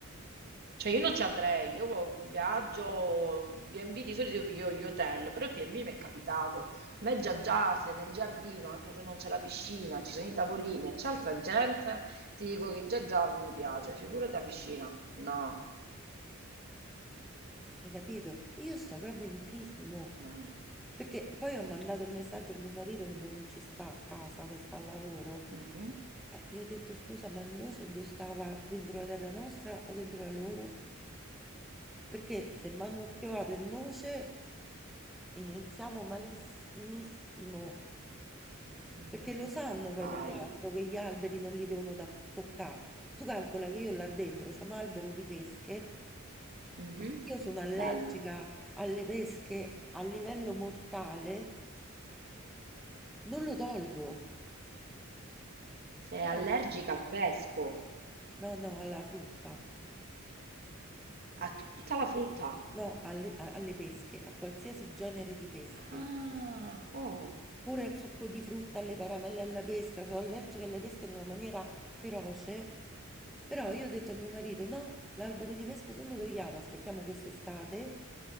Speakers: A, on the right; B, in the centre.
A: Cioè io non ci andrei, io viaggio, B&B di solito io piglio gli hotel, però il B&B mi è capitato. A me già già se nel giardino, anche se non c'è la piscina, ci sono i tavolini e c'è altra gente, ti dico che già già non mi piace, figurati la piscina. No,
B: hai capito? Io sto proprio in crisi, mo.
A: no, no.
B: Perché poi ho mandato un messaggio a mio marito che non ci sta a casa, che sta al lavoro,
A: Mhm.
B: Eh, io ho detto scusa, ma il noce dove stava? Dentro la terra nostra o dentro la loro? Perché se mi hanno schiovato il noce iniziamo malissimissimo,
A: Mh,
B: perché lo sanno poi
A: sai.
B: tra l'altro che gli alberi non li devono toccare. Tu calcola che io là dentro c'ho un albero di pesche,
A: Mh-mh.
B: io sono allergica
A: Bello.
B: alle pesche a livello mortale, non lo tolgo.
A: Sei allergica
B: Eh,
A: al pesco,
B: No, no, alla frutta,
A: a tutta la frutta.
B: no, alle, a- alle pesche, a qualsiasi genere di pesche.
A: Ah! Oh.
B: Pure al succo di frutta, alle caramelle alla pesca, sono allergica alle pesche in una maniera feroce. Però io ho detto a mio marito: no, l'albero di pesca non lo togliamo, aspettiamo quest'estate,